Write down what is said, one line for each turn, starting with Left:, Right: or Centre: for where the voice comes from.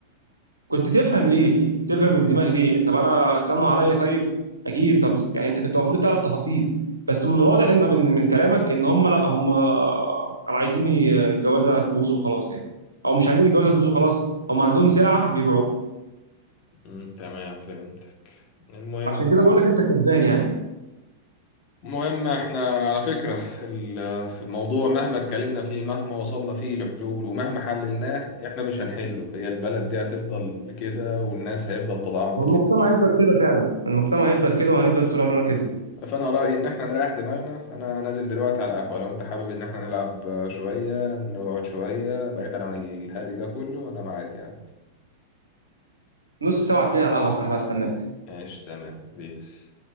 Right: كنت تفهم ليه تفهم الدماغ ليه طب انا استنوا عليا طيب اجيب طب است- يعني انت كنت المفروض تعرف تفاصيل بس من الواضح ان من من كلامك ان هم لا هم كانوا عايزين الجوازه تبوظ وخلاص يعني او مش عايزين الجوازه تبوظ وخلاص هم عندهم سلعه بيبيعوها
Left: امم تمام فهمت المهم
Right: عشان كده بقول لك انت الكسبان يعني
Left: المهم احنا على فكرة ال- الموضوع مهما اتكلمنا فيه مهما وصلنا فيه لحلول ومهما حللناه احنا مش هنحله هي البلد دي هتفضل كده والناس هيفضل طبعهم
Right: والمجتمع
Left: كده
Right: هيفضل كده فعلا المجتمع هيفضل كده وهنفضل طول عمرنا كده
Left: فانا رايي ان احنا نريح دماغنا انا نازل دلوقتي على القهوه لو انت حابب ان احنا نلعب شويه نقعد شويه بعيدا عن الهري ده كله انا معاك يعني
Right: نص ساعه هتلاقيني على القهوه يا صاحبي هستناك
Left: ايش تمام بيس